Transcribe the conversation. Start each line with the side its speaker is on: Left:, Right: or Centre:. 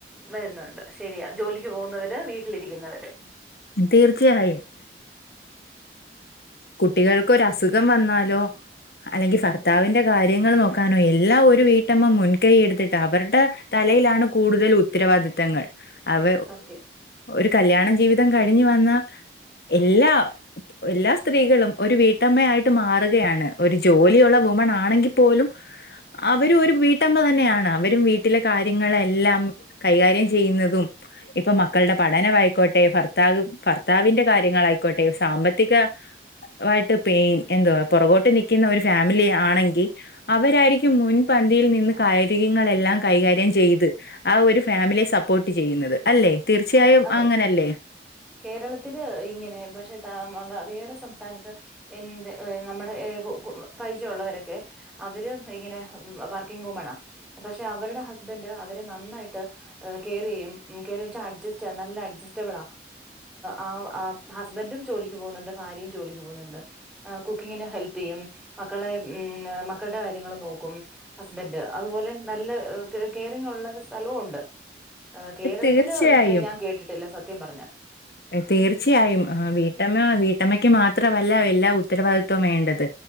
Centre: വരുന്നുണ്ട് ശരിയാ ജോലിക്ക് പോകുന്നവര് വീട്ടിൽ ലി രിക്കുന്നവര്
Left: തീർച്ചയായും കുട്ടികൾക്ക് ഒര അസുഖം വന്നാലോ അല്ലെങ്കി ഭർത്താവിന്റെ കാര്യങ്ങൾ നോക്കാനോ എല്ലാം ഒരു വീട്ടമ്മ മുൻകൈ എടുത്തിട്ട് അവരുടെ <unintelligible> കൂടുതൽ ഉത്തരവാദിത്തങ്ങൾ അവ
Centre: സത്യം
Left: ഒരു കല്യാണ ജീവിതം കഴിഞ്ഞു വന്ന എല്ലാ എല്ലാ സ് സ്ത്രീകളും ഒരു വീട്ടമ്മയായിട്ട് മാറുകയാണ്. ഒരു ജോലിയുള്ള വുമൺ ആണെങ്കിൽ പോലും അവരും ഒരു വീട്ടമ്മ തന്നെയാണ്. അവരും വീട്ടിലെ കാര്യങ്ങളെല്ലാം കൈകാര്യം ചെയുന്നതും ഇപ്പൊ മക്കളുടെ പഠനയിക്കോട്ടെ ഭർത്താവ് ഭർത്താവിന്റെ കാര്യങ്ങളായി- ക്കട്ടെ സാമ്പത്തിക ആയിട്ട് എന്തുവാ പുറകോട്ട് നിൽക്കുന്ന ഒരു ഫാമിലി ആണെങ്കിൽ അവരായിരിക്കും മുൻ പന്തിയിൽ നിന്ന് കായികങ്ങളെല്ലാം കൈകാര്യം ചെയ്ത് ആ ഒരു ഫാമിലിയെ സപ്പോർട്ട് ചെയ്യുന്നത് അല്ലെ തീർച്ചയായും
Centre: അതെ അതെ
Left: അങ്ങനല്ലേ
Centre: കേരളത്തില് ഇങ്ങനെ പക്ഷെ <inaudible> വേറെ സംസ്ഥാനത്ത് എ നമ്മുടെ <unintelligible> പരിചയമുള്ളവരൊക്കെ അവര വർക്കിംഗ്‌ വുമനാ പക്ഷെ അവരുടെസ്ബൻ് അവരെ നന്നായിട്ട് കെയറ് ചെയ്യും. <unintelligible> അ നല്ല അഡ്ജസ്റ്റബിൾ ആ ഹസ്ബൻഡും ജോലിക്ക് പോകുന്നുണ്ട് ഭാര്യയും ജോലിക്ക് പോകുന്നു ആ കുക്കിംഗിന് ഹെൽപ്പ് ചെയ്യും മക്കളുടെ ഉം മക്കളുടെ കാര്യങ്ങൾ നോക്കൂ ഹസ്ബൻ അതുപോലെ നല്ല കെയറിങ് ഉള്ള സ്ഥലവും ഉണ്ട്. കേരളത്തില്
Left: തീർച്ചയായും
Centre: ഇങ്ങനെ ഞാൻ കേട്ടിട്ടില്ല സത്യം പറഞ്ഞ
Left: തീർച്ചയായും വീട്ടമ്മ വീട്ടമ്മയ്ക്ക് മാത്രമല്ല എല്ലാ ഉത്തരവാദിത്വം വേണ്ടത്